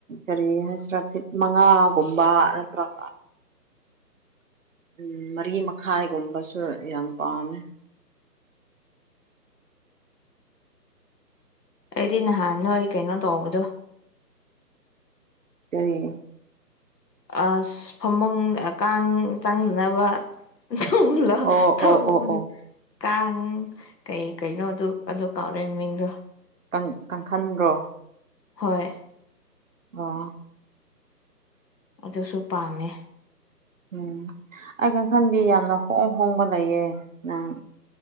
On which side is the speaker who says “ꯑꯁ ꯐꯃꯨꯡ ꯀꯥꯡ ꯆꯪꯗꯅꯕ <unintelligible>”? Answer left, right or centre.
Left